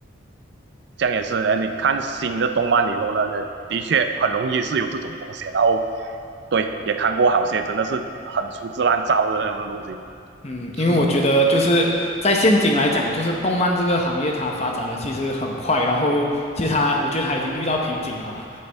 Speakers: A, on the right; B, on the left.
A: 这样也是，呃，你看新的动漫里头呢，的确很容易是有这种风险。然后，对，也看过好些真的是很粗制滥造的那种东西。
B: 嗯，
A: <laughs>
B: 因为我觉得就是在现今来讲，就是动漫这个行业它发展的其实很快，然后其实它我觉得它已经遇到瓶颈了啦，